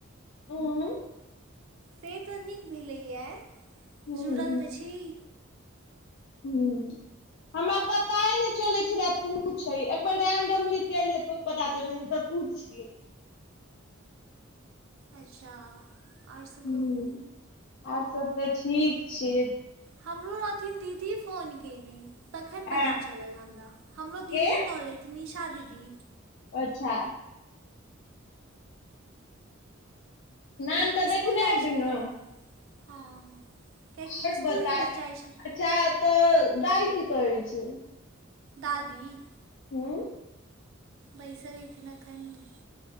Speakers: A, on the left; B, on the right.
A: हू <unintelligible>
B: से तऽ नीक भेलैया
A: हुं
B: जुड़ल तऽ छी
A: हूँ हमरा पताए नहि चलै छलए तू छै एकबार रेंडमली केलियै तो पता चल तू छियै
B: अच्छा आर सब
A: हुं
B: कहूं
A: आर सब तऽ ठीक छि
B: हमरो रहथिन दीदी फोन केयने तखन पता
A: ऐं
B: चलल हमरा हमरो दीदी
A: के
B: कहलेथ निशा दीदी
A: अच्छा नाम
B: कयैकी
A: तऽ देखने
B: स्कुल जाइछिलियै
A: हेबही न
B: हँ कियाकि
A: ओर
B: इसकुल
A: बता
B: गेल जाइ छल
A: अच्छा तऽ दाइ की करै छै
B: दादी
A: हू <unintelligible>
B: बैसलीथिनाखन <unintelligible>